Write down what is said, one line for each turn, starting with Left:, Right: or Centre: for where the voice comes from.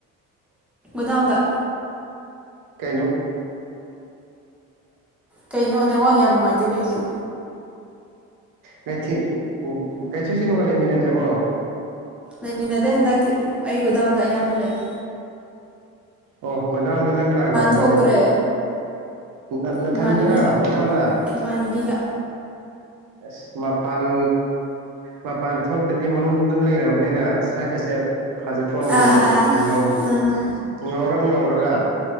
Centre: ꯣꯗꯥꯟꯗ
Right: ꯀꯩꯅꯣ
Centre: ꯀꯩꯅꯣꯅꯦꯋꯥꯡ ꯌꯥꯝ ꯅꯨꯡꯉꯥꯏꯇꯦ ꯀꯩꯅꯣ
Right: ꯀꯩꯊ ꯎ ꯀꯩꯊꯦꯜ ꯁꯤꯂꯨꯒ ꯂꯩꯃꯤꯟꯅꯗ꯭ꯔꯕꯣ
Centre: ꯂꯩꯃꯤꯟꯅꯗꯦ ꯍꯟꯗꯛꯇꯤ ꯑꯩ ꯒꯨ ꯗꯥꯎꯟꯗ ꯑꯌꯥꯝꯕ ꯂꯩꯦ
Right: ꯑ ꯀꯗꯥꯥꯎꯟꯗ ꯅꯪ ꯀꯅꯥ ꯂꯥꯛꯑꯦꯕ
Centre: ꯊꯣꯛꯇ꯭ꯔꯦ
Right: ꯅꯅꯥꯊꯟꯗꯔꯣ
Centre: ꯏꯃꯥꯟꯅꯕꯤꯒ
Right: ꯀꯗꯥꯟꯗ
Centre: ꯏꯃꯥꯟꯅꯕꯤꯒ
Right: ꯑꯁ ꯃꯄꯥꯟ ꯃꯄꯥꯟ ꯊꯣꯛꯇꯗꯤ ꯃꯅꯨꯡꯗ ꯑꯗꯨꯝ ꯂꯩꯔꯕꯅꯤꯅ ꯁꯀꯁꯦ ꯐꯥꯖꯊꯣꯛꯑꯝꯕꯅꯤꯅꯦ
Centre: ꯑꯥ ꯑꯥ
Right: ꯉꯥꯎ
Centre: ꯑꯥ
Right: ꯉꯥꯎꯔꯒ ꯄꯨꯡ ꯍꯧꯔꯒ